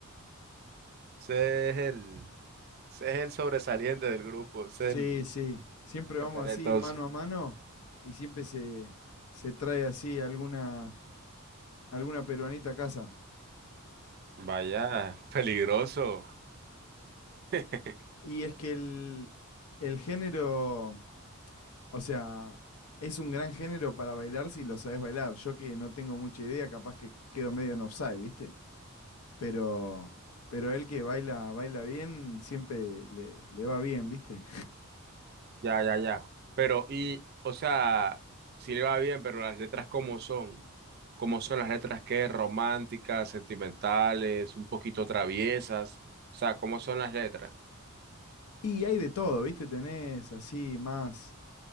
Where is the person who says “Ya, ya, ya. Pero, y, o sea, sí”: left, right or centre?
Right